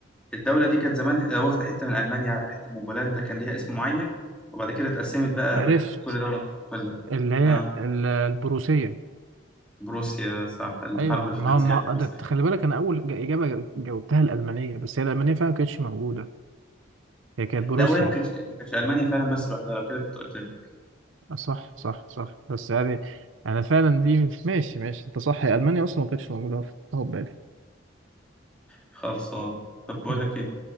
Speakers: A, in the centre; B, on the right (about 80°).
A: الدولة دي كانت زمان آه، واخدة حتة من ألمانيا على حتة من بولندا كان ليها اسم معين وبعد كده اتقسمت بقى
B: عرفت
A: بقت كل دولة مستقلة
B: اللي هي
A: اه
B: ال- البروسية
A: بروسيا صح الحرب
B: أيوه
A: الفرنسية
B: ما ما
A: البروسية
B: ده أنت خلي بالك أنا أول ج- إجابة جاوبتها الألمانية بس هي الألمانية فعلا ما كانتش موجودة هي كانت بروسيا
A: لا وهي ما كانتش ما كانتش ألمانيا فعلا بس لوحدها لو كده كنت قلت لك
B: آه، صح صح صح بس يعني أنا فعلا دي ماشي ماشي أنت صح هي ألمانيا أصلا ما كانتش موجودة أنا فكرتها في بالي
A: خلصان طب بقول
B: مم.
A: لك ايه